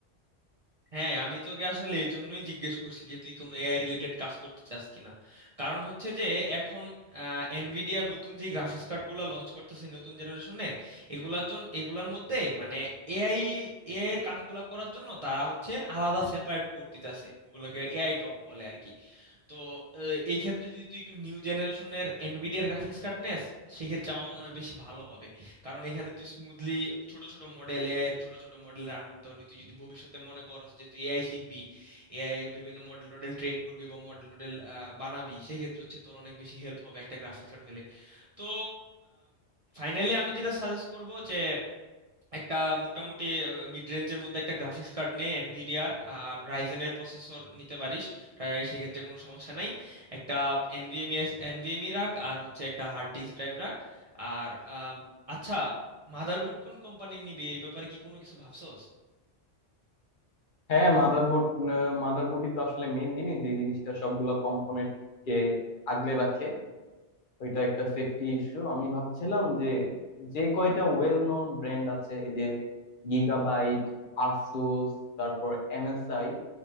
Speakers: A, on the right; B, on the left.
A: হ্যাঁ আমি তোকে আসলে এই জন্যই জিজ্ঞেস করছি যে তুই কোনো এআই রিলেটেড কাজ করতে চাস কিনা কারণ হচ্ছে যে এখন এনভিডিয়া নতুন যে গ্রাফিক্স কার্ডগুলো লঞ্চ করতেছে নতুন জেনারেশনে এগুলার জন্য এগুলার মধ্যে মানে এআই এআই এর কাজগুলো করার জন্য তারা হচ্ছে আলাদা সেপারেট কোড দিতেছে ওগুলোকে এআই টপ বলে আর কি তো আহ, এই ক্ষেত্রে যদি তুই একটু নিউ জেনারেশনের এনভিডিয়ার গ্রাফিক্স কার্ড নেস সেক্ষেত্রে আমার মনে হয় বেশি ভালো হবে কারণ এখানে তুই স্মুথলি ছোট ছোট মডেল এআই এর ছোট ছোট মডেল রান করতে পারবি তুই যদি ভবিষ্যতে মনে করস যে তুই এআই শিখবি এআই বিভিন্ন মডেল টডেল ট্রেন করবি বা মডেল টডেল বানাবি সেই ক্ষেত্রে হচ্ছে তোর অনেক বেশি হেল্প হবে একটা গ্রাফিক্স কার্ড হলে তো ফাইনালি আমি যেটা সাজেস্ট করব যে একটা মোটামুটি মিড রেঞ্জের মধ্যে একটা গ্রাফিক্স কার্ড নে এনভিডিআর আর রাইজেনের প্রসেসর নিতে পারিস আহ, সেক্ষেত্রে কোনো সমস্যা নাই একটা এনভিএমই এনভিএমই রাখ আর হচ্ছে একটা হার্ড ডিস্ক ড্রাইভ রাখ আর আম, আচ্ছা মাদারবোর্ড কোন কোম্পানির নিবি এই ব্যাপারে কি কোনো কিছু ভাবছস
B: হ্যাঁ মাদারবোর্ড মাদারবোর্ডই তো আসলে মেইন জিনিস যে জিনিসটা সবগুলা কম্পোনেন্ট কে আগলে রাখে ওইটা একটা সেফটি ইস্যু আমি ভাবছিলাম যে যে কয়টা ওয়েল নন ব্র্যান্ড আছে এই যে গিগাবাইট আসুস তারপর এমএসআই